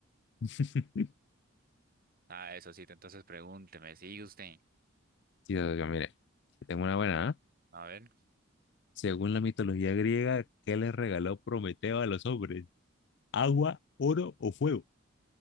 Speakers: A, on the left; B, on the right.
A: <laughs>
B: Ah, Sosito, entonces pregúnteme, sigue usted.
A: Sí, socio, mire. Tengo una buena, ¿ah?
B: A ver,
A: Según la mitología griega, ¿qué les regaló Prometeo a los hombres? ¿Agua, oro o fuego?